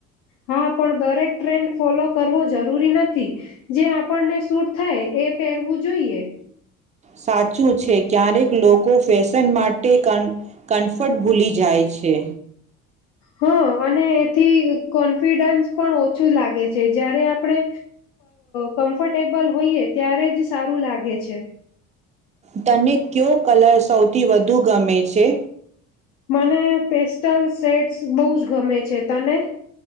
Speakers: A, on the left; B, on the right.
A: હા પણ દરેક ટ્રેન્ડ ફોલો કરવો જરૂરી નથી જે આપણને સૂટ થાય એ પહેરવું જોઈએ.
B: સાચું છે ક્યારેક લોકો ફેશન માટે ક કન્ફર્ટ ભૂલી જાય છે.
A: હ અને એથી કોન્ફિડન્સ પણ ઓછું લાગે છે જારે આપણે કમ્ફર્ટેબલ હોઈયએ ત્યારે જ સારું લાગે છે.
B: તને કયો કલર સૌથી વધુ ગમે છે.
A: મને પેસ્ટલ સેડ્સ બહુ જ ગમે છે તને.